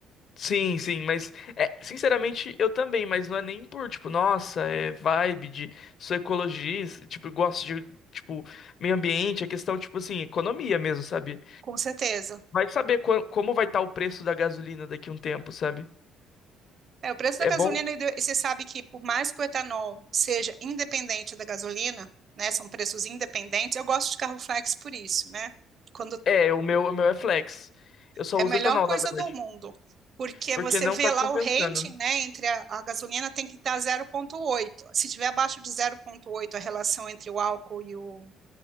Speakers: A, on the left; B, on the right.
A: Sim, sim, mas é, sinceramente eu também, mas não é nem por tipo, nossa, é vibe de sou ecologista, tipo, gosto de tipo meio ambiente, é questão tipo assim, economia mesmo, sabe?
B: Com certeza.
A: Vai saber qua- como vai estar o preço da gasolina daqui a um tempo, sabe?
B: É, o preço da
A: É
B: gasolina,
A: bom,
B: e do- e você sabe que por mais que o etanol seja independente da gasolina, né, são preços independentes, eu gosto de carro flex por isso, né? Quando
A: é, o meu, o meu é flex. Eu só
B: é
A: uso
B: a melhor
A: etanol,
B: coisa
A: na verdade,
B: do mundo, porque
A: porque
B: você
A: não
B: vê
A: tá
B: lá
A: compensando.
B: o rating, né, entre a, a gasolina tem que estar zero vírgula oito. Se tiver abaixo de zero vírgula oito, a relação entre o álcool e o